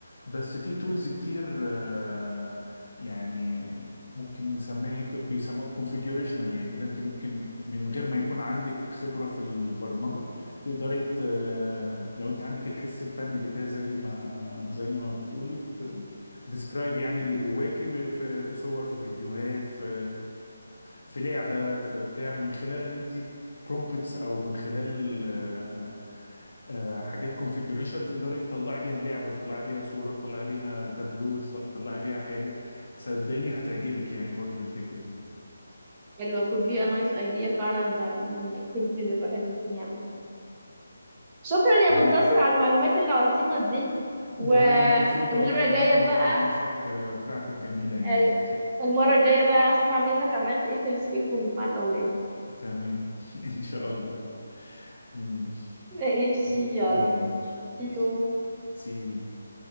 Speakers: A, on the left (about 70°); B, on the right (about 25°).
A: بس في تولز كتير آه، يعني ممكن نسميه بيسموه كونفيجوريشنال يعني كده انت ممكن من غير ما يكون عندك خبرة في البرمجة تقدري ت- لو انت عندك الحس الفني ده كده زي ما زي ما بتقولي ديسكرايب يعني اللي جواكي في في صور في فيديوهات في في لعبة في بتاع من خلال ان انت برومبتس او من خلال آه، آه، حاجات كونفيجريشن تقدري تطلعي بيها لعبة تطلعي بيها صورة تطلعي بيها تابلو تطل- تطلعي بيها حاجة صدقيني هتعجبك يعني برضو الفكرة دي
B: حلوة could be a nice idea فعلا من activities الواحد ممكن يعملها شكرا يا
A: تمام
B: منتصر على المعلومات العظيمة دي
A: لا
B: والمرة
A: انا مبسوط والله ان
B: الجاية
A: انا برضو
B: بقى
A: المشاركة بتاعتك جميلة يعني
B: آه،
A: شكل
B: المرة الجاية بقى اسمع منك عملت ايه في السكيب روم مع الأولاد
A: تمام <laughs> ان شاء الله ماشي
B: ماشي يلا
A: ماشي
B: see you
A: سي يو